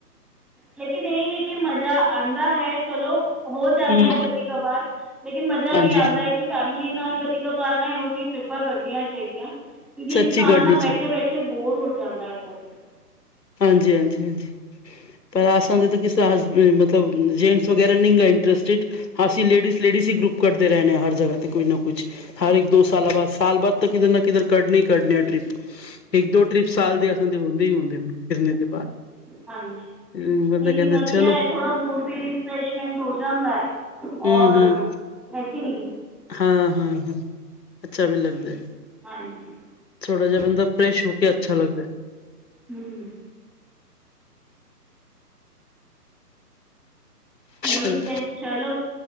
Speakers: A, in the centre; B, on the left.
A: ਲੇਕਿਨ ਏਹੀ ਹੈ। ਕਿ ਮਜ਼ਾ ਆਂਦਾ ਹੈ। ਚਲੋ- ਹੋ ਜਾਦਾ
B: ਹੂੰ,
A: ਹੈ ਕਦੇ ਕਵਾਰ ਲੇਕਿਨ ਮਜਾ
B: ਹਾਂਜੀ
A: ਵੀ ਆਂਦਾ ਹੈ ਕਿ- ਫੈਮਿਲੀ ਨਾਲ ਕਦੀ ਕਬਾਰ ਨਾ ਇਹੋ ਜਿਹੀ ਟ੍ਰਿਪਾਂ ਕੱਢੀਆਂ ਚਾਹੀਦੀਆਂ ਕਿਉਕਿ
B: ਸੱਚੀ
A: ਇਨਸਾਨ
B: ਗੜਨੀ
A: ਨਾ ਬੈਠੇ-ਬੈਠੇ
B: ਚ
A: ਤੇ ਬੋਰ ਹੋ ਜਾਂਦਾ ਹੈ। ਕਰਨਾ
B: ਹਾਂਜੀ-ਹਾਂਜੀ-ਹਾਂਜੀ- ਪਰ ਅਸਾ ਵੀ ਤੇ ਕਿਸੇ ਦਾ ਹਸਬੈਡ, ਮਤਲਬ ਜੈਟਸ ਵਗੈਰਾ ਨਿ ਹ ਇੰਟਰਸਟਿਡ- ਅਸੀ ਲੇਡੀਜ- ਲੇਡੀਜ ਹੀ ਗਰੁਪ ਕੱਢਦੇ ਰਹਹੇ ਹਾਂ ਹਰ ਜਗ੍ਹਾ ਤੇ ਕੋਈ ਨਾ ਕੁਛ- ਹਰ ਇਕ ਦੋ ਸਾਲਾਂ ਬਾਅਦ ਸਾਲ ਬਾਅਦ ਤਾਂ ਕਿਦਰੇ ਨਾ ਕਿਦਰੇ ਕੱਡਨਾ ਇ ਕਡਨਾ ਟ੍ਰਿਪ- ਇਕ ਦੋ ਟ੍ਰਿਪ ਸਾਲ ਦੇ ਹੁੰਦੇ ਇ ਹੁੰਦੇ ਨੇ ਫਿਰਨ ਤੋ ਬਾਅਦ-
A: ਹਾਂਜੀ-
B: ਹਮ ਬੰਦਾ
A: ਨੀ-
B: ਕਹਿੰਦਾ
A: ਨੀ ਵਧੀਆ
B: ਚਲੋ
A: ਅ। ਥੋੜ੍ਹਾ ਮੂਡ ਵੀ ਰੀਫਰੈਸ਼ਮੈਂਟ ਹੋ ਜਾਦਾ ਅ।
B: ਹਮ
A: ਔਰ-
B: ਹਮ
A: ਹੈ ਕਿ ਨੀ?
B: ਹਾਂ! ਹਾਂ! ਹਾਂ! ਅੱਛਾ ਵੀ ਲੱਗਦਾ।
A: ਹਾਂਜੀ!
B: ਥੋੜਾ ਜਾ ਬੰਦਾ ਫਰੈਸ਼ ਹੋ ਕੇ ਅੱਛਾ ਲੱਗਦਾ।
A: ਹੂੰ! ਠੀਕ
B: ਹੈਲੋ
A: ਏ ਚਲੋ।